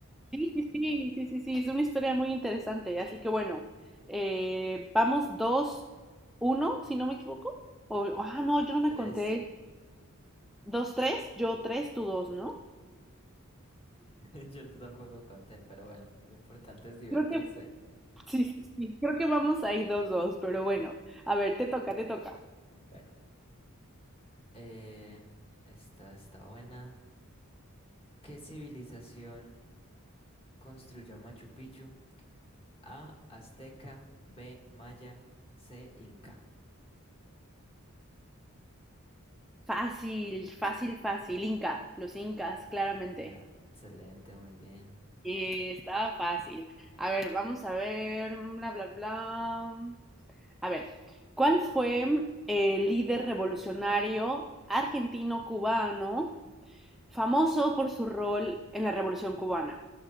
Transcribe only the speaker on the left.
<laughs> Tres.
<laughs> Yo tampoco conté, pero bueno, lo importante es divertirse.
Bueno, eh, esta está buena. ¿Qué civilización construyó Machu Picchu? A, Azteca, B, Maya, C, Inca.
Inca, excelente, muy bien.